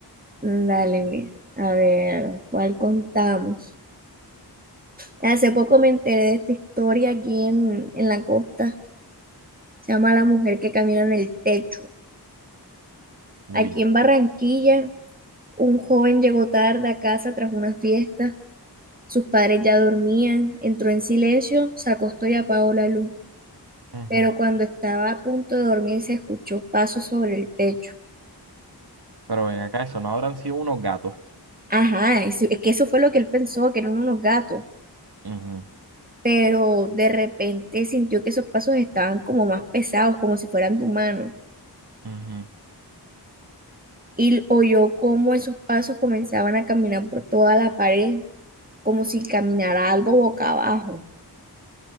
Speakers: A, on the right; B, on the right.
A: Dale, mira. A ver, ¿cuál contamos? Hace poco me enteré de esta historia aquí en, en la costa. Se llama La mujer que camina en el techo.
B: Uy.
A: Aquí en Barranquilla. Un joven llegó tarde a casa tras una fiesta. Sus padres ya dormían. Entró en silencio, se acostó y apagó la luz.
B: Ujú.
A: Pero cuando estaba a punto de dormir, se escuchó pasos sobre el techo.
B: Pero ven acá, eso no habrán sido unos gatos.
A: Ajá, es, es que eso fue lo que él pensó, que eran unos gatos.
B: Ujú,
A: Pero de repente sintió que esos pasos estaban como más pesados, como si fueran de humanos.
B: ujú.
A: Y oyó cómo esos pasos comenzaban a caminar por toda la pared, como si caminara algo boca abajo.